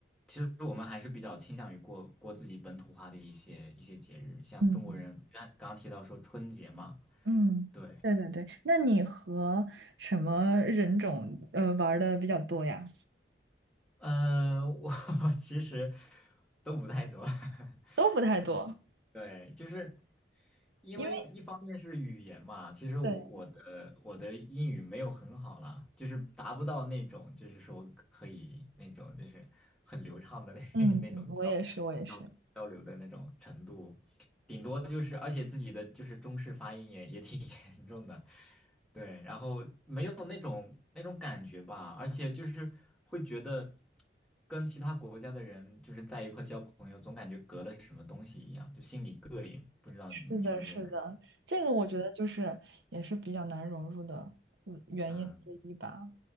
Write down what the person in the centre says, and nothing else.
其实我们还是比较倾向于过过自己本土化的一些一些节日，像中国人，
刚刚刚提到说春节嘛，
对，
呃，我 <laughs> 其实都不太多。<laughs>
对，就是因为一方面是语言嘛，
其实我我的我的英语没有很好啦，
就是达不到那种就是说可以那种就是很流畅的那
<laughs> 那种交交交流的那种程度，
顶多就是而且自己的就是中式发音也也挺 <laughs> 严重的，对，然后没有那种那种感觉吧，而且就是会觉得。跟其他国家的人就是在一块交朋友，总感觉隔了什么东西一样，就心里膈应。不知道你们这种感觉，
嗯，